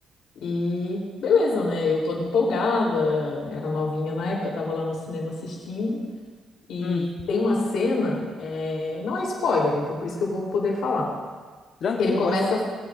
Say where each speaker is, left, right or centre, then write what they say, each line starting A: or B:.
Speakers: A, on the left (about 75°); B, on the left (about 60°).
A: E beleza, né? Eu toda empolgada, era novinha na época, estava lá no cinema assistindo. E
B: hum.
A: tem uma cena, eh, não é spoiler, então por isso que eu vou poder falar.
B: Tranquilo,
A: que Ele começa,
B: pode falar.